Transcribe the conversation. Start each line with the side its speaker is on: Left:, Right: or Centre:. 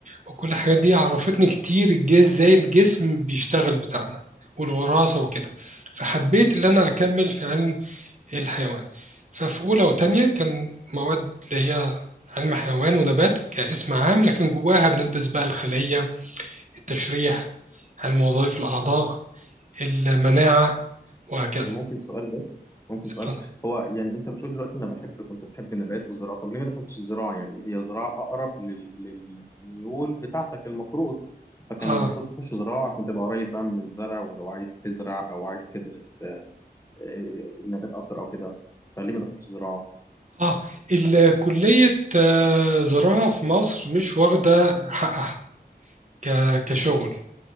Right: وكل الحاجات دي عرفتني كتير الجسم ازاي الجسم بيشتغل بتاعنا والوراثة وكده فحبيت إن أنا أكمل في علم الحيوان ففي أولى وتانية كان مواد اللي هي علم حيوان ونبات كاسم عام لكن جواها بندرس بقى الخلية التشريح علم وظائف الأعضاء المناعة وهكذا
Left: طب ممكن سؤال بس ممكن سؤال
Right: اتفضل
Left: هو يعني انت بتقول دلوقتي انا بحب كنت بحب النبات والزراعه طب ليه ما دخلتش الزراعه يعني هي زراعه اقرب لل- للميول بتاعتك المفروض فكان
Right: اه
Left: المفروض تخش زراعه عشان تبقى قريب بقى من الزرع ولو عايز تزرع او عايز تدرس آه، آه، النبات اكتر او كده فليه ما دخلتش زراعه؟
Right: اه الكلية آه، زراعة في مصر مش واخدة حقها ك- كشغل